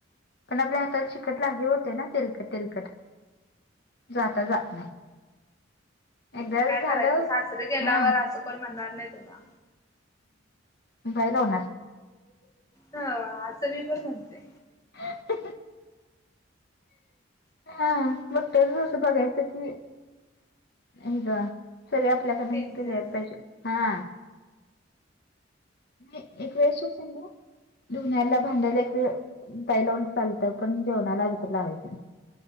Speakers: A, on the left; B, on the left.
A: पण आपल्या हाताला चिकट लागली होते ना तिलकट तिलकट जाता जात नाही. एकदाच
B: काय
A: झालं
B: करायच तू सासरे गेल्यावर
A: हा
B: असं कोण म्हणणार नाही तुला?
A: बायला होणार.
B: ह असं मी पण म्हणते.
A: हो. हा बघ तरच असं बघायचं की हे सगळ्या आपल्यात आता
B: टेन्शन
A: इथ लिहायला पाहिजे हा. नाही एक वेळसस सांगू धुण्याला, भांड्याला एक वेळ ताई लावून चालतं, पण जेवणाला कुठ लावायचं?